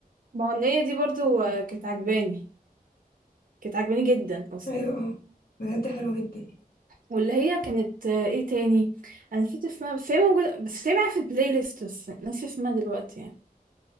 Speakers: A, on the right (about 60°); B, on the left (about 75°).
A: ما هو النية دي برضو آه، كانت عجباني كانت عجباني جدا اصلا
B: أيوة اه بجد حلوة جدا
A: واللي هي كانت آه، ايه تاني انا نسيت اسمها بس هي موجودة بس هي معايا في البلاي ليست بس ناسي اسمها دلوقتي يعني